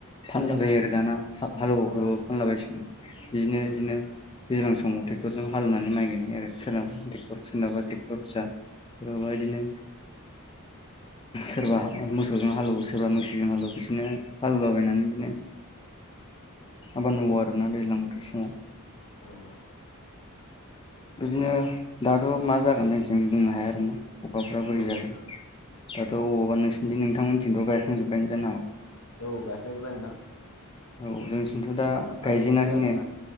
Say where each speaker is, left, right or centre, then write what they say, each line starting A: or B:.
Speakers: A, on the left (about 25°); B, on the left (about 75°).
A: फानला बायो आरो दाना हालुवा हाबबो
B: औ
A: फानलाबायसिगोन बिदिनो
B: औ
A: बिदिनो दैज्लां समाव ट्रेक्टरजों हालेवनानै माइ गायनाय आरो सोरनाबा ट्रेक्टर सोरनाबा ट्रेक्टर फिसा सोरनाबा इदिनो सोरबा मोसौजों हालेवो सोरबा मैसोजों हालेवो बिदिनो हालेवलाबायनानै बिदिनो आबाद मावो आरोना दैज्लां बोथोर समाव
B: औ औ
A: बिदिनो दाथ' मा जागोन जोंथिं बुंनो हाया आरोना अखाफ्रा बोरै जागोन
B: औ
A: दाथ' अबावबा नोंसोरनि नोंथांमोननिथिंथ' गायखांजोबबायानो जानो हागौ
B: औ गायखांजोबबाय नोंथां
A: औ जोंनिथिंथ' दा
B: साफा सानैल'सै
A: गायजेनाखैनो
B: आरोना